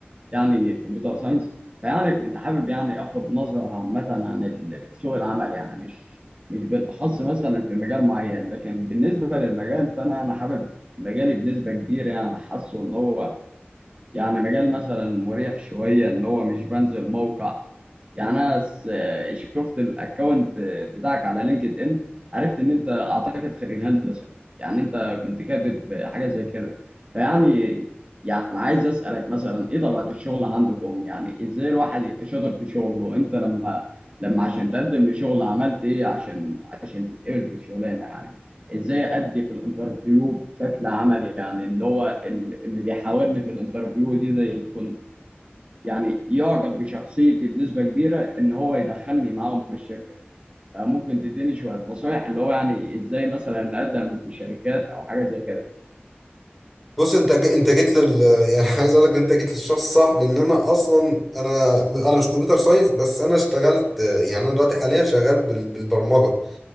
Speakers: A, on the right (about 30°); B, in the centre.
A: يعني كمبيوتر ساينس فيعني كنت حابب يعني اخد نظره عامه عن ال- سوق العمل يعني مش مش بالاخص مثلا في مجال معين لكن بالنسبه للمجال فانا انا حابب مجالي بنسبه كبيره يعني حاسه ان هو يعني مجال مثلا مريح شوية إن هو مش بنزل موقع يعني أنا س- شفت الأكونت بتاعك على لينكد إن عرفت إن أنت أعتقد خريج هندسة يعني أنت كنت كاتب حاجة زي كده فيعني يعني عايز أسألك مثلا إيه طبيعة الشغل عندكم يعني إزاي الواحد يبقى شاطر في شغله أنت لما لما عشان تقدم لشغل عملت إيه عشان عشان تتقبل في الشغلانة يعني ازاي ادي في الانترفيو بشكل عملي يعني ان هو ال- اللي بيحاورني في الانترفيو دي ده يكون يعني يعجب بشخصيتي بنسبة كبيرة ان هو يدخلني معاهم الشركة فممكن تديني شوية نصايح اللي هو يعني ازاي مثلا نقدم في شركات او حاجة زي كده
B: بص انت ج- انت جيت لل يعني <laughs> عايز اقول لك انت جيت للشخص الصح لان انا اصلا انا انا مش كمبيوتر ساينس بس انا اشتغلت يعني انا دلوقتي حاليا شغال بال- بالبرمجه